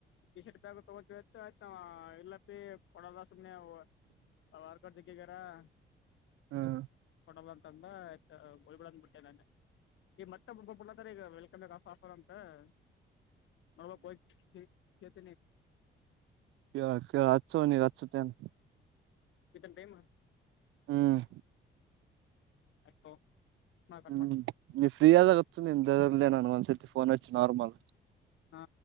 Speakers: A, on the left; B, on the right.
A: ಟಿ ಶರ್ಟ್ ಬ್ಯಾಗ್ <unintelligible> ಇಲ್ಲಪ್ಪಿ ಕೊಡಲ್ಲ ಸುಮ್ನೆ <unintelligible>
B: ಹ್ಮ್
A: ತಂದ ಆಯ್ತ <unintelligible> <unintelligible> <unintelligible> ಕೆ
B: ಕೆ ಕೆ ಅಚ್ಚು ನೀ ಅಚ್ತೇನ್
A: ವಿತ್ತನ್ ಟೈಮ್
B: ಹ್ಮ್
A: <unintelligible> ಕಟ್
B: ಹ್ಮ್
A: ಮಾಡ್ತೀನಿ
B: ನೀ ಫ್ರೀ ಆದಾಗ ನಿನ್ ದಲ್ಲೇ ನಾನು ಒಂದ್ಸತಿ ಫೋನಚ್ಚು ನಾರ್ಮಲ್
A: ಹಾ